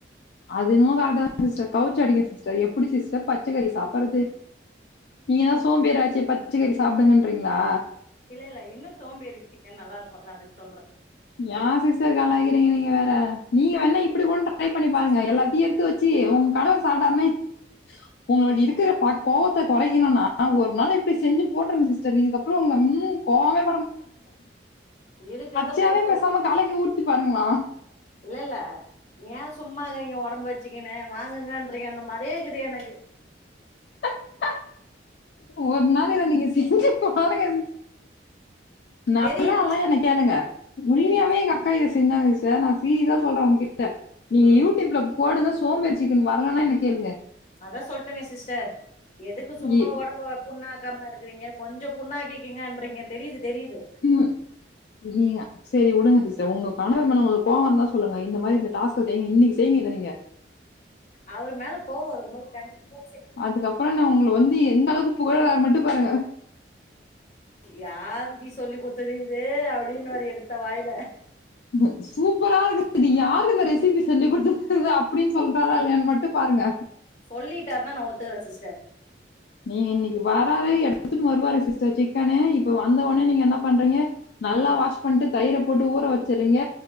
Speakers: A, on the left; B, on the left.
A: அதுன கான் சிஸ்டர் கவுச்சடிக்கும் சிஸ்டர் எப்டி சிஸ்டர்பத் பச்சக்கறி சாப்படுறது நீங்க தான் சோம்பேரா ஆச்சி பச்சைக்கறி சாப்பிடுங்கன்றீங்களா
B: இல்ல இல்ல இன்னும் சோம்பேரி சிக்கன் நல்லா இருக்கும்ல்ல அதுக்கு சொல்றே
A: ஏ சிஸ்டர் கலாக்கிறிங்க நீங்க வேற நீங்க வேணா இப்டி ஒரு ட்ரை
B: நல்லா ஆயிக்குதா
A: பண்ணி பாருங்க
B: சிஸ்டர்
A: எல்லாத்தையு எடுத்துவச்சு வச்சி உங்க கணவர் சாட்டார்னே உங்களுக்கு இருக்கிற பத் கோபத்த குறைக்கணும்னா ந இப்படி செஞ்ச போட்டுருங்க சிஸ்டர் இதுக்கு அப்புற உங்க முழு கோபமு
B: இருக்கறத
A: சேரி
B: போட்டு
A: பேசாம களைக்கி ஊத்தி பாருங்களாம்
B: இல்லல்ல ஏ சும்மாக்குறீங்க உடம்பு வச்சுக்கன்னு வாங்குங்கன்றீங்க அந்த மாறே இருக்குது எனக்கு
A: <inaudible> ஒரு நாள் இத நீங்க செஞ்சு பாருங்க நல்லா
B: தெரியுது
A: எல்லா நெனைக்காதீங்க
B: புரியுது
A: உண்மையாவே எங்க கையு செஞ்சாங்க சார் நா சீரிஸா சொல்றே உங்க கிட்ட நீங்க
B: ம்
A: யூடியூப்ல போடுங்க சோம்பேறி சிக்கன் வரலன்னா என்ன கேளுங்க
B: அதா சொல்லிட்டேனே சிஸ்டர் எதுக்கு சும்மா
A: இ
B: உடம்ப புண்ணாக்கமா இருக்கறீங்க கொஞ்சம் புண்ணா ஆக்கிக்கீன்றீங்க தெரியுது தெரியுது
A: ம் புரியல சரி விடுங்க சிஸ்டர் உங்க கணவர் மேல உளுக்கு கோவம் தா சொல்லுங்க இந்த மாரி இந்த டாஸ்க செய்ங்க இன்னைக்கு செய்ங்க இதை நீங்க
B: அவர் மேல கோவம் இருக்கும்போது கண்டிப்பா
A: அதுக்கப்புற நா உங்கள வந்து எந்த அளவுக்கு புகழ மட்டுபாருங்க
B: யாரு டீ சொல்லி குத்தது இது அப்டின்னு வாரு எடுத்த வாயில
A: <unintelligible> சூப்பரா இருக்கு இது யாரு இந்த ரெசிபி செஞ்சி கொடுத்தது அப்டின்னு சொல்றாரா இல்யாண் மட்டு பாருங்க
B: சொல்லிட்டாருனா நா ஒத்துக்கறே சிஸ்டர்
A: நீங்க இன்னைக்கு வராரு எடுத்துன்னட்டு வருவாரு சிஸ்டர் சிக்கனு இப்ப வந்த உடனே நீங்க என்ன பண்றீங்க நல்லா
B: ம்
A: வாஷ் பண்ணிட்டு தயிரை போட்டு ஊர வச்சுருறீங்க